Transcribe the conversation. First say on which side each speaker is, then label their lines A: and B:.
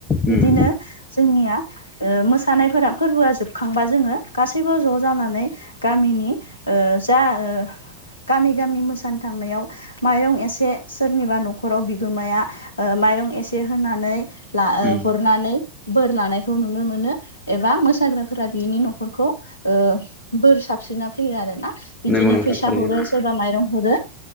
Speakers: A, on the left; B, on the left.
A: बिदिनो
B: उम
A: जोंनिया ओ मोसानायफोरा फोरबोआ जोबखांबा जोङो गासैबो ज' जानानै गामिनि ओ जा ओ गामि गामि मोसानो थांनायाव माइरं एसे सोरनिबा न'खराव बिगोमाया ओ माइरं एसे होनानै ला ओ
B: उम
A: हरनानै बोर लानायखौ नुनो मोनो एबा मोसाग्राफोरा बिनि न'खरखौ ओ बोर साबस्रिना फैयो आरोना। बिदिनो
B: नंगौ नोंथां
A: फैसा
B: थारैनो
A: हरो सोरबा माइरं हरो